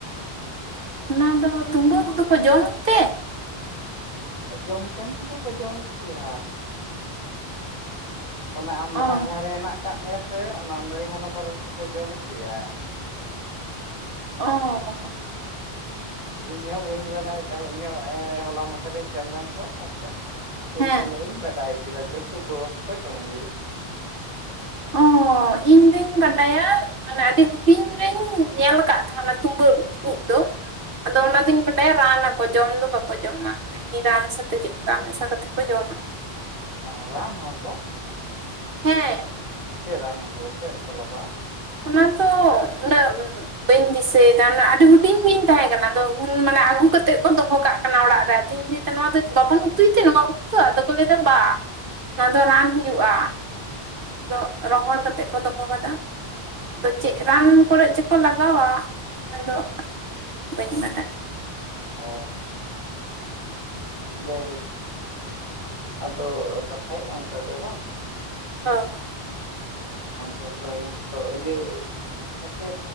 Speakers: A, on the right (about 60°); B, on the left (about 30°).
A: ᱚᱱᱟ ᱫᱚ ᱛᱩᱢᱵᱩᱜ ᱩᱫ ᱫᱚᱠᱚ ᱡᱚᱢ ᱛᱮ?
B: ᱡᱚᱢ ᱴᱟᱭᱤᱢ ᱠᱚᱫᱚ ᱡᱚᱢ ᱜᱮᱭᱟ ᱚᱱᱟ ᱟᱢ ᱞᱟᱦ
A: ᱚ
B: ᱫᱷᱟᱨᱮ ᱦᱮᱱᱟᱜ ᱟᱠᱟᱫ ᱢᱮᱭᱟ ᱥᱮ ᱚᱱᱟ ᱫᱟᱹᱭ ᱦᱟᱱᱟ ᱫᱷᱟᱨᱮ ᱛᱮ ᱠᱚ ᱡᱚᱢ ᱠᱮᱭᱟ
A: ᱚᱸ
B: ᱤᱧ ᱦᱚᱸ ᱵᱟᱹᱧ ᱵᱟᱰᱟᱭ ᱛᱟᱦᱮᱸᱫ ᱤᱧ ᱦᱚᱸ ᱱᱚᱜ ᱦᱚᱞᱟ ᱢᱟᱫᱷᱮᱨᱤᱧ ᱥᱮᱱ ᱞᱮᱱ ᱫᱚ ᱚᱱᱛᱮ ᱩᱱ
A: ᱦᱮᱸ
B: ᱥᱚᱢᱚᱭᱤᱧ ᱵᱟᱰᱟᱭ ᱠᱮᱫᱟ ᱦᱮᱛᱩ <unintelligible> ᱡᱚᱢ ᱜᱮ
A: ᱚᱸᱻ ᱤᱧ ᱫᱩᱧ ᱵᱟᱰᱟᱭᱟ ᱢᱟᱱᱮ ᱟᱹᱰᱤ ᱦᱩᱰᱤᱧ ᱨᱤᱧ ᱧᱮᱞ ᱟᱠᱟᱫ ᱛᱟᱦᱮᱸᱱᱟ ᱛᱩᱵᱟᱹ ᱩᱵ ᱫᱚ ᱟᱫᱚ
B: ᱦᱮᱸ
A: ᱚᱱᱟ ᱫᱧ ᱨᱟᱱ ᱟᱠᱚ ᱡᱚᱢ ᱫᱚ ᱵᱟᱠᱚ ᱡᱚᱢᱟ ᱢᱟᱱᱮ ᱩᱱᱤ ᱨᱟᱱ ᱥᱟᱛᱮ ᱪᱮᱫ ᱞᱮᱠᱟ ᱢᱮᱥᱟ ᱠᱟᱛᱮᱫ ᱠᱚ ᱡᱚᱢᱟ
B: ᱦᱚᱸ ᱨᱟᱱ ᱦᱚᱸᱠᱚ
A: ᱦᱮᱸ
B: ᱮᱭ ᱨᱟᱱ ᱫᱚ ᱪᱮᱫ ᱨᱮᱠᱚ ᱞᱟᱜᱟᱣᱟ?
A: ᱚᱱᱟᱛᱚ ᱩᱱᱟᱹᱜ ᱵᱟᱹᱧ ᱫᱤᱥᱟᱹᱭᱮᱫᱟ ᱱᱟ ᱟᱹᱰᱤ ᱦᱩᱰᱤᱧ ᱜᱤᱧ ᱛᱟᱦᱮᱸ ᱠᱟᱱᱟ ᱟ ᱩᱱ ᱢᱟᱱᱮ ᱟᱹᱜᱩ ᱠᱟᱛᱮᱜ ᱠᱚ ᱫᱚᱦᱚ ᱠᱟᱜ ᱠᱟᱱᱟ ᱚᱲᱟᱜ ᱨᱮ ᱟᱫᱚᱧ ᱞᱟᱹᱭᱟ ᱱᱚᱣᱟ ᱫᱚ ᱵᱟᱵᱚᱱ ᱩᱛᱩᱭ ᱛᱮ ᱱᱚᱣᱟ ᱵ ᱫᱚ ᱟᱫᱚ ᱠᱚ ᱞᱟᱹᱭ ᱮᱫᱟ ᱵᱟ ᱱᱚᱣᱟ ᱫᱚ ᱨᱟᱱ ᱦᱩᱭᱩᱜᱼᱟ ᱟᱫᱚ ᱨᱚᱦᱚᱲ ᱠᱟᱛᱮᱜ ᱠᱚ ᱫᱚᱦᱚ ᱠᱟᱫᱟ ᱟᱫᱚ ᱪᱮᱫ ᱨᱟᱱ ᱠᱚᱨᱮ ᱪᱠᱚ ᱞᱟᱜᱟᱣᱟ ᱚᱱᱟ ᱫᱚ ᱵᱟᱹᱧ ᱵᱟᱰᱟᱭᱟ
B: ᱚ ᱡᱟᱣ ᱦᱚ ᱟᱫᱚ ᱠᱟᱛᱷᱟ ᱭᱮᱫ ᱟᱢ ᱵᱟᱝ
A: ᱦᱚᱸ
B: ᱦᱚ ᱦᱳᱭ ᱟᱫᱚ ᱤᱭᱟᱹᱢᱟᱥᱮ